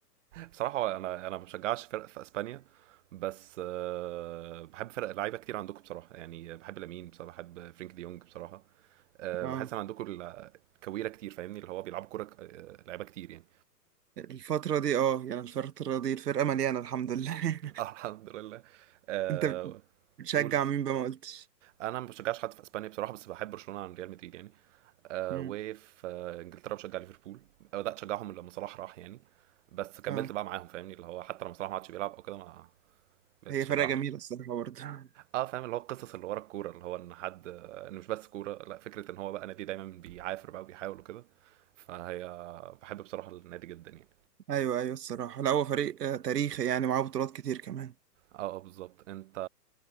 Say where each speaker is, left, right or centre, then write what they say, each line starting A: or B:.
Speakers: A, on the right; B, on the right.
A: بصراحة انا انا ما بشجعش فرق في اسبانيا بس آه، بحب فرق لعيبة كتير عندكم بصراحة يعني بحب لامين بصراحة بحب فرينك دي يونج بصراحة
B: <laughs>
A: آه،
B: اه
A: بحس ان عندكم ال- كويرة كتير فاهمني اللي هو بيلعبوا كورة آه، لعيبة كتير يعني
B: الفتره دي اه يعني الفتره دي الفرقه مليانه الحمد لله
A: <laughs> <applause> الحمد لله
B: <laughs>
A: آه،
B: انت بتشجع
A: قول
B: مين بقى ما قلتش
A: انا ما بشجعش حد في اسبانيا بصراحه بس بحب برشلونه عن ريال مدريد يعني آه،
B: مم.
A: وفي آه، انجلترا بشجع ليفربول بدات اشجعهم لما صلاح راح يعني بس كملت
B: اه
A: بقى معاهم فاهمني اللي هو حتى لما صلاح ما عادش بيلعب او كده ما بقيت
B: هي
A: بشجعهم
B: فرقه جميله
A: يعني
B: الصراحه برضه <laughs>
A: اه فاهم اللي هو القصص اللي ورا الكوره اللي هو ان حد آه ان مش بس كوره لا فكره ان هو بقى نادي دايما بيعافر بقى وبيحاول وكده فهي بحب بصراحه النادي جدا يعني
B: ايوه ايوه الصراحه لا هو فريق آه، تاريخي يعني معاه بطولات كتير كمان
A: اه اه بالظبط انت